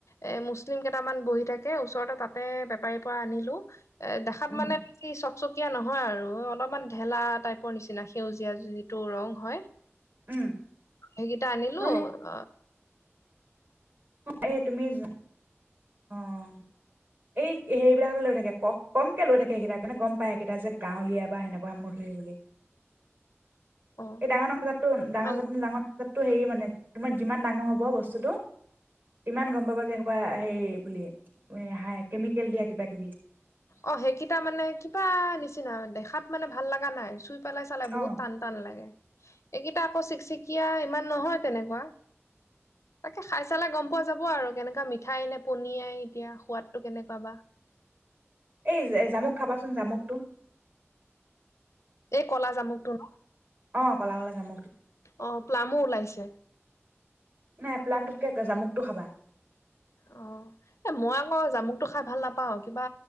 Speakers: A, on the left; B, on the right.
A: এ' মুছলিম কেইটামান বহি থাকে, ওচৰতে তাতে বেপাৰীৰ পৰা আনিলো এ দেখাত
B: উম
A: মানে <unintelligible> বেি চক চক এয়া নহয় আৰু, অলপমান ঢেলা টাইপৰ নিচিনা, সেউজীয়া যিটো ৰং হয়
B: উম
A: সেইকেইটা আনিলো,
B: নহয়
A: আহ
B: এই তুমিোৱা, অঁ এই হেৰিবলাকতে লৈ থাকে, ক কমকে লৈ থাকে সকেইটাৰ কাৰণে গম পায় সকেইটা যে গাওলিয় বা সেনেকুৱা মোৰ ধৰি বুলি।
A: অ
B: এই ডাঙৰ ডাঙৰ জাতটো, ডাঙৰ
A: মান
B: জাত ন ডাঙৰ টো হেৰি মানে তোমাৰ যিমান ডাঙৰ হ'ব বস্তুতটো কিমান গম পাবা যে, সোপা হে বুলি, হ কেমিকেল দিয়া কিবা কিবি।
A: অঁ সেইকেইটা মানে কিবা নিচিনা, দেখাত মানে ভাল লগা নাই, চুই পেলাই চালে
B: অ
A: বহুত টান টান লাগে। এইকেইটা আকৌ চিকচিকীয়া ইমান নহয় তেনেকুৱা, তাকে খাই চালে গম পোৱা যাব আৰু কেনেকুৱা মিঠাই নে পনিয় এতিয়া, সোৱাদ টো কেনেকুৱা বা!
B: এই
A: উম
B: জামুক খাবাচোন তামুকটো <unintelligible>
A: এই কলা জামুকটো ন?
B: অঁ, কল কলে যাম
A: অঁ, প্লামো ওলাইছে।
B: নাই প্লানটোতকে জামুকটো খাবা।
A: অঁ, এ মই আকৌ জামুকতটো খাই ভাল নাপাও, কিবা